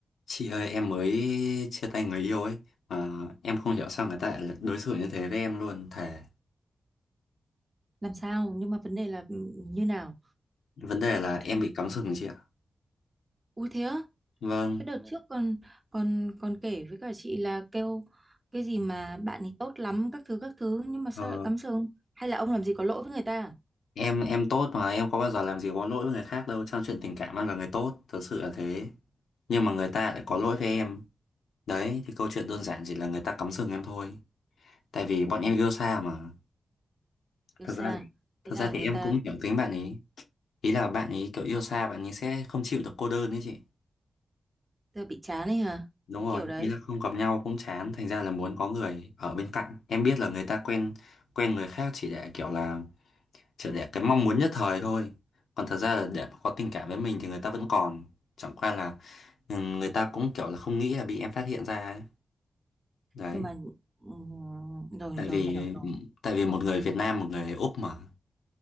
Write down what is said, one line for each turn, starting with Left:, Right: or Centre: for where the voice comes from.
Left: Chị ơi em mới chia tay người yêu ấy mà em không hiểu sao người ta lại là đối xử như thế với em luôn thề
Right: làm sao nhưng mà vấn đề là ừ, như nào
Left: vấn đề là em
Right: Ừ.
Left: bị cắm sừng chị ạ
Right: Ui thế á,
Left: vâng
Right: cái đợt trước còn còn còn kể với cả chị là kêu cái gì mà bạn ấy tốt lắm các thứ các thứ nhưng mà sao
Left: ờ,
Right: lại cắm sừng? Hay là ông làm gì có lỗi với người ta? à?
Left: em em tốt mà em có bao giờ làm gì có lỗi với người khác đâu trong chuyện tình cảm em là người tốt thật sự là thế nhưng mà người ta lại có lỗi với em đấy thì câu chuyện đơn giản chỉ là người ta cắm sừng em thôi tại vì bọn em yêu xa mà
Right: Yêu
Left: thật
Right: xa,
Left: ra thì thật
Right: thế là
Left: ra
Right: người
Left: thì em
Right: ta,
Left: cũng hiểu tính bạn ấy ý là bạn ấy kiểu yêu xa bạn ấy sẽ không chịu được cô đơn đấy chị
Right: ta bị chán ấy hả?
Left: Đúng
Right: Cái
Left: rồi,
Right: kiểu đấy.
Left: ý là không gặp nhau cũng chán, thành ra là muốn có người ở bên cạnh. Em biết là người ta quen quen người khác chỉ để kiểu là chỉ để cái mong muốn nhất thời thôi. Còn thật ra là để có tình cảm với mình thì người ta vẫn còn. Chẳng qua là ừ, người ta cũng kiểu là không nghĩ là bị em phát hiện ra ấy. Đấy,
Right: Nhưng mà ừm, rồi
Left: tại
Right: rồi
Left: vì
Right: hiểu rồi.
Left: ừ, tại vì một người Việt Nam, một người Úc mà.